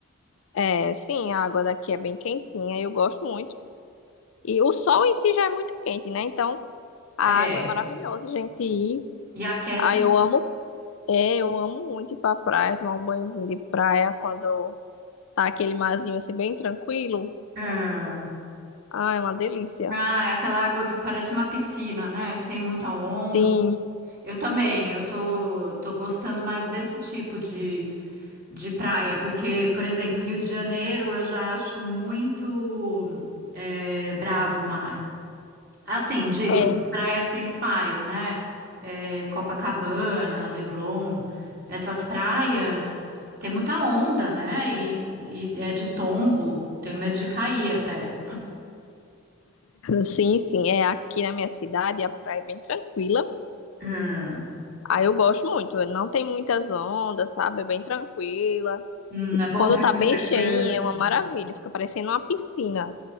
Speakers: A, on the left (about 65°); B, on the right (about 45°).
A: É, sim, a água daqui é bem quentinha, eu gosto muito. E o sol em si já é muito quente, né? Então a
B: É.
A: água é maravilhosa, gente. E
B: E aquece.
A: ah, eu amo, é, eu amo muito ir pra praia, tomar um banhozinho de praia quando tá aquele marzinho assim bem tranquilo.
B: É.
A: Ah, é uma delícia.
B: Ah, é aquela água que parece uma piscina, né? Sem muita onda.
A: Sim,
B: Eu também, eu tô, tô gostando mais desse tipo de, de praia, porque, por exemplo, Rio de Janeiro eu já acho muito eh, bravo o mar. Assim, digo,
A: é.
B: nas praias principais, né? Eh, Copacabana, Leblon, essas praias tem muita onda, né? E, e é de tombo, tenho medo de cair até.
A: Sim, sim. É aqui na minha cidade, a praia é bem tranquila.
B: <laughs>
A: Aí eu gosto muito. Não tem muitas ondas, sabe? É bem tranquila.
B: Hum,
A: E
B: é bom
A: quando
B: para
A: tá bem cheinha,
B: criança.
A: é uma maravilha. Fica parecendo uma piscina.